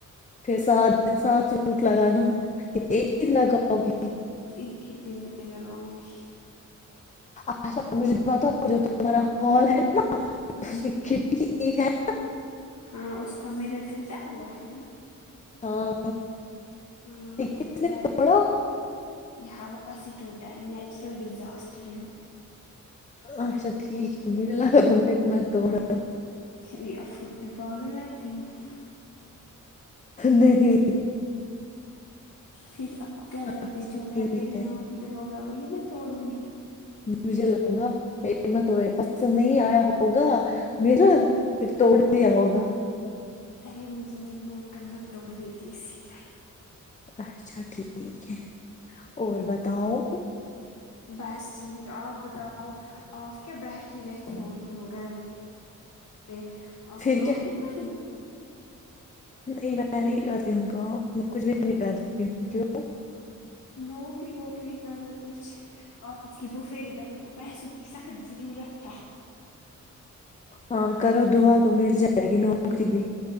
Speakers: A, on the left; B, on the left.
A: پھر سات دن سات سوٹ لگانا ایک کتنا لگاؤ گی
B: ایک ہی دن میں لگاؤں گی
A: اچھا مجھے بتا جو تمہارا ہال ہے نا <unintelligible>
B: ہاں اس کا میرور ٹوٹا ہوا ہے نا
A: ہاں
B: ہاں
A: ٹھیک
B: ہمیں
A: ہے اس
B: پتا
A: نے توڑا
B: ہے یہ ہوا یہ ٹوٹا نیچرل ڈیزاسٹر ہو
A: اچا ٹھیک ہے مجھے لگا <unintelligible>
B: یہ <unintelligible> میں پاگل لگتی ہوں
A: نہیں
B: پھر آپ کو کیا لگتا
A: اچھا
B: ہے جو
A: ٹھیک
B: گھر میرے
A: ہے
B: نام پہ ہوگا وہی میں توڑوں گی
A: مجھے لگا <unintelligible> تمہیں پسند نہیں آیا ہوگا میرر پھر توڑ دیا ہوگا
B: ارے مجھے میری ماں کمر توڑ دیتی اسی ٹائم
A: اچھا ٹھیک ہے اور بتاؤ
B: بس ٹھیک آپ بتاؤ آپ کیا بیٹھی رہتی ہوتی ہو گھر پہ فے آپ
A: پھر
B: کام
A: کیا
B: نیکری
A: نہیں میں نہیں کرتی ہو کام میں کچھ بھی نہیں کرتی ہوں
B: نوکری ووکری کرو کچھ آپ کی فوفری بہن کو پیسوں کی سخت ضرورت ہے
A: ہاں کرو دعا تو مل جائے گی نوکری بھی